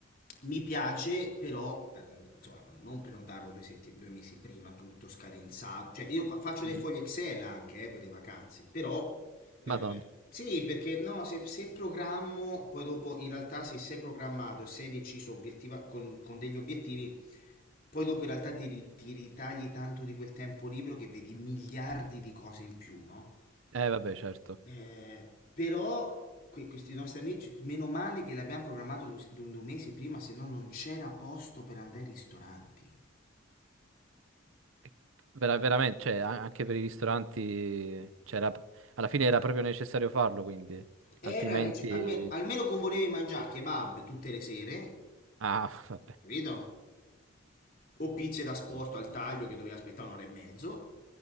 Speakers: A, on the left (about 45°); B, on the right (about 75°).
A: mi piace però, eh, insomma, non prenotarlo due, setti- due mesi prima, tutto scadenzato. Cioè, io fa- faccio dei
B: Mm.
A: fogli Excel anche eh, per le vacanze, però eh,
B: Madonna.
A: sì, perché no, se, se programmo, poi dopo in realtà se sei programmato e sei deciso obiettiva- con, con degli obiettivi, poi dopo in realtà ti, ri- ti ritagli tanto di quel tempo libero che vedi miliardi di cose in più, no?
B: Eh, vabbè, certo.
A: Eh, però que- questi nostri amici, meno male che l'abbiamo programmato du- du- due mesi prima, se no non c'era posto per andare ai ristoranti.
B: E vera- veramente, cioè, a- anche per i ristoranti, c'era alla fine era proprio necessario farlo, quindi.
A: Era
B: Altrimenti...
A: nece- alme- almeno, con volevi mangiare kebab tutte le sere,
B: Ah, <laughs> vabbè,
A: capito? o pizze da sporto
B: Caspita.
A: al taglio che doveva aspettare un'ora e mezzo.